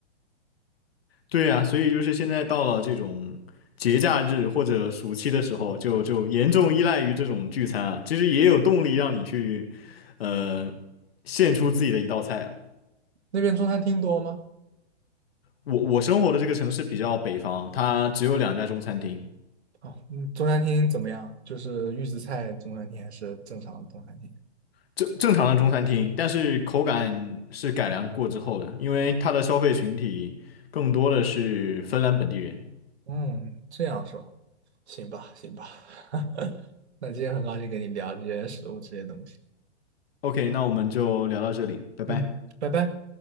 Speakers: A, on the left; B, on the right.
A: 对呀，所以就是现在到了这种节假日或者暑期的时候，就就严重依赖于这种聚餐啊，其实也有动力让你去，呃，献出自己的一道菜啊
B: 那边中餐厅多吗？
A: 我我生活的这个城市比较北方，它只有两家中餐厅。
B: 哦，嗯，中餐厅怎么样？就是预制菜中餐厅还是正常的中餐厅？
A: 正正常的中餐厅，但是口感是改良过之后的，因为它的消费群体更多的是芬兰本地人。
B: 嗯，这样说行吧，行吧。<laughs> 那今天很高兴跟你聊这些食物这些东西。
A: OK，那我们就聊到这里，拜拜。
B: 嗯，拜拜。